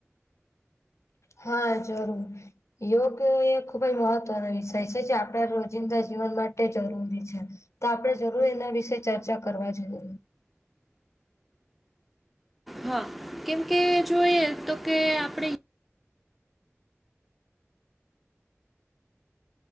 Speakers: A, on the left; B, in the centre.
A: હા જરૂર. યોગ એ ખૂબ જ મહત્વનો વિષય છે જે આપડા રોજિંદા જીવન માટે જરૂરી છે. તો આપડે જરૂર એના વિશે ચર્ચા કરવા જોઈએ.
B: હા, કેમકે જો એ તો કે આપડે